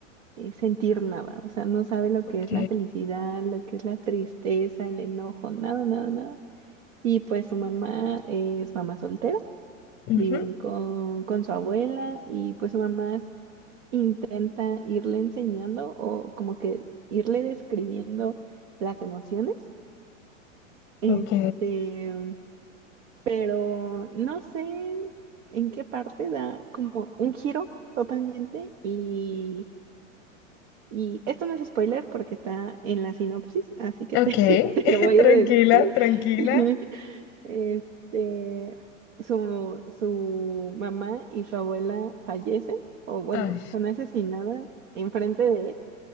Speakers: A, on the right; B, on the left.
A: eh, sentir nada, o sea, no sabe lo
B: ok,
A: que es la felicidad, lo que es la tristeza, el enojo, nada, nada, nada. Y pues su mamá es mamá soltera.
B: ujú,
A: Viven con, con su abuela y pues su mamá s- intenta irle enseñando o como que irle describiendo las emociones. Este,
B: ok,
A: pero no sé en qué parte da como un giro totalmente y, y esto no es spoiler porque está en la sinopsis, así que
B: ok,
A: te, <laughs> te
B: <laughs>
A: lo voy
B: tranquila,
A: a decir.
B: tranquila.
A: <laughs> Este, su, su mamá y su abuela fallecen, o bueno,
B: Ay,
A: son asesinadas enfrente de él,